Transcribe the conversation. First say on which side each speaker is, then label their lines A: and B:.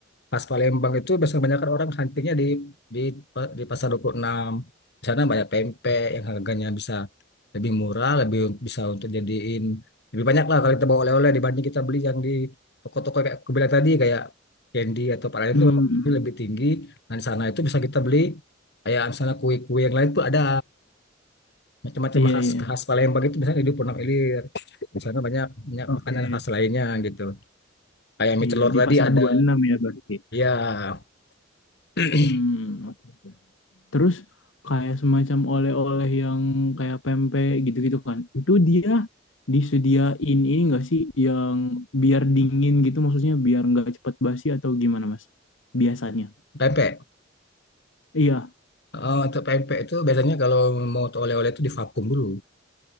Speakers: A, on the left; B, on the left.
A: khas Palembang itu biasanya kebanyakan orang huntingnya di di pa- di pasar 26. Di sana banyak pempek yang harganya bisa lebih murah, lebih bisa untuk jadiin lebih banyak lah kalau kita bawa oleh-oleh dibanding kita beli yang di toko-toko kayak aku bilang tadi kayak Candy atau apa lain
B: Hmm.
A: itu memang lebih tinggi. Dan di sana itu bisa kita beli kayak misalnya kue-kue yang lain tuh ada macam-macam
B: Iya,
A: khas
B: iya.
A: khas Palembang itu misalnya di Purnak Ilir di sana banyak banyak
B: Oke.
A: makanan khas lainnya gitu kayak mie
B: Iya,
A: telur
B: di
A: tadi
B: pasar
A: ada
B: 26 ya berarti.
A: ya <clears throat>
B: Hmm, Terus kayak semacam oleh-oleh yang kayak pempek gitu-gitu kan. Itu dia disediain ini enggak sih yang biar dingin gitu maksudnya biar nggak cepat basi atau gimana Mas? Biasanya.
A: pempek
B: Iya.
A: Eh, untuk pempek itu biasanya kalau mau oleh-oleh itu divakum dulu